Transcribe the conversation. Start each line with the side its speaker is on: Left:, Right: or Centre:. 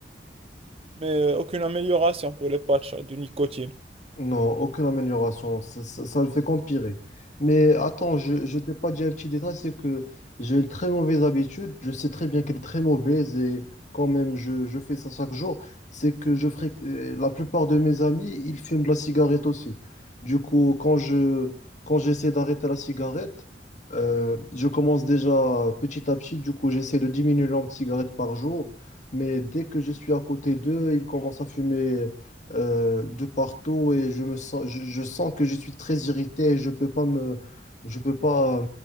Right: mais euh, aucune amélioration pour les patchs de nicotine.
Left: Non, aucune amélioration. Ça, ça- ça ne fait qu'empirer. Mais attends, je, je t'ai pas dit un petit détail, c'est que j'ai une très mauvaise habitude. Je sais très bien qu'elle est très mauvaise et quand même, je, je fais ça chaque jour. C'est que je ferai, la plupart de mes amis, ils fument de la cigarette aussi. Du coup, quand je, quand j'essaie d'arrêter la cigarette, euh, je commence déjà petit à petit. Du coup, j'essaie de diminuer le nombre de cigarettes par jour. Mais dès que je suis à côté d'eux, ils commencent à fumer euh, de partout et je me sens, je, je sens que je suis très irrité et je peux pas me, je peux pas euh,